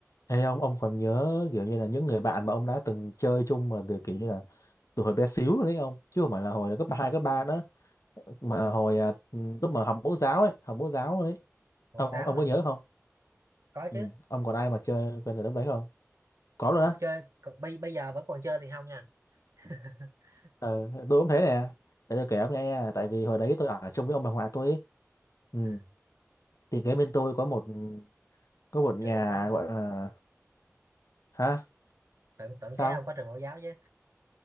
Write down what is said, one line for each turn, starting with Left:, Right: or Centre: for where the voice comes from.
Left: Ê ông ông còn nhớ kiểu như là những người bạn mà ông đã từng chơi chung mà từ kiểu như là từ hồi bé xíu luôn đấy ông chứ không phải là hồi cấp 2, cấp 3 nữa mà hồi à, lúc mà học mẫu giáo ấy học mẫu giáo luôn ấy
Right: bộ
Left: ông
Right: sáu
Left: ông
Right: hả
Left: có nhớ không
Right: có
Left: ừ.
Right: chứ
Left: ông còn ai mà chơi quen từ lúc đấy không có luôn
Right: còn
Left: á
Right: chơi còn bây bây giờ vẫn còn chơi thì không nha <laughs>
Left: ờ, tôi cũng thế nè để tôi kể ông nghe nha tại vì hồi đấy tôi ở chung với ông bà ngoại tôi ấy. Ừ.
Right: ừ.
Left: thì kế bên tôi có một có một nhà
Right: trường mẫu giáo à
Left: gọi là hả
Right: tận tận
Left: sao
Right: kế ông có trường mẫu giáo chứ